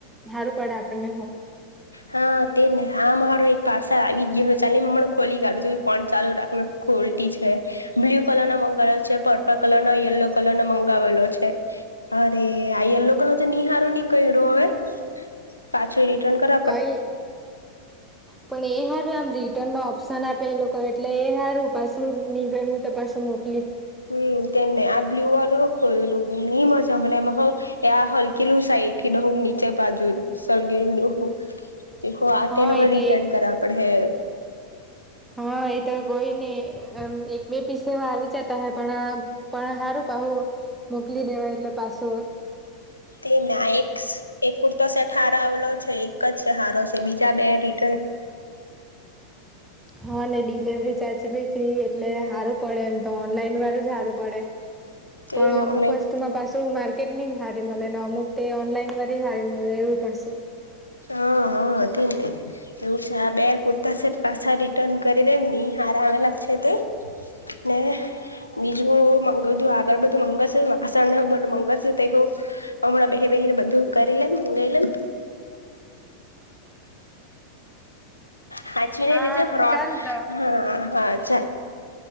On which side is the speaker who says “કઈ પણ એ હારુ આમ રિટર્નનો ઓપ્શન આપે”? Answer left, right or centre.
Centre